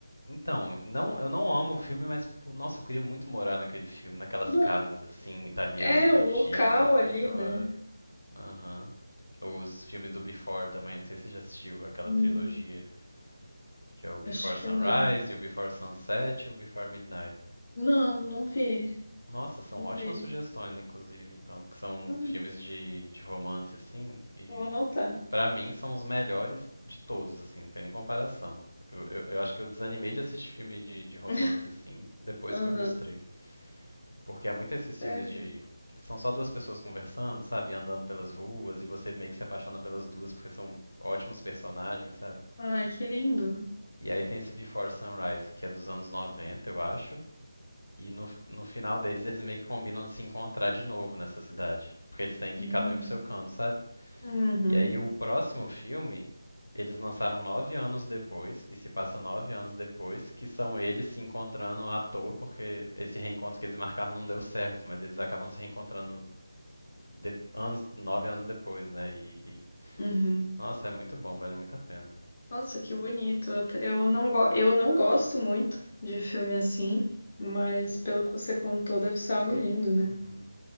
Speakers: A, on the left (about 75°); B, on the left (about 40°).
A: Então, não, eu não amo o filme, mas pô, nossa, eu queria muito morar naquele filme, naquelas
B: Não-
A: casas assim italianas
B: É,
A: antigas,
B: o local ali,
A: aquela,
B: né?
A: aham. Os filmes do Before também, não sei se você já assistiu aquela
B: Hum,
A: trilogia, que é o Before
B: acho que
A: Sunrise,
B: não.
A: e o Before Sunset e o Before Midnight.
B: Não, não vi.
A: Nossa, são
B: Não
A: ótimas
B: vi.
A: sugestões, inclusive, então, que são
B: Hum,
A: filmes de, de romance, assim, e
B: vou anotar.
A: pra mim são os melhores de todos, assim, não tem nem comparação. Eu, eu, eu acho que eu desanimei de assistir filme de, de
B: <laughs>
A: romance,
B: Hum.
A: assim, depois
B: Aham,
A: que eu vi os três. Porque há muito esses
B: sério.
A: filmes de. São só duas pessoas conversando, sabe? Andando pelas ruas e você meio que se apaixona pelas duas porque são ótimos personagens, sabe?
B: Ai, que lindo.
A: E aí tem esse Before Sunrise, que é dos anos 90, eu acho. E no, no final deles, eles meio que combinam de se encontrar de novo nessa cidade. Porque eles têm que
B: Hum.
A: ir cada um ir pro seu canto, sabe?
B: Uhum,
A: E aí o próximo filme, eles lançaram nove anos depois, e se passa nove anos depois, que são eles se encontrando à toa, porque esse reencontro que eles marcaram não deu certo, mas eles acabam se reencontrando de- anos, nove anos depois, né? E, e-
B: uhum.
A: nossa, é muito bom, vale muito a pena.
B: Nossa, que bonito. Eu eu não, go- eu não gosto muito de filme assim, mas pelo que você contou, deve ser algo lindo, né?
A: Uhum.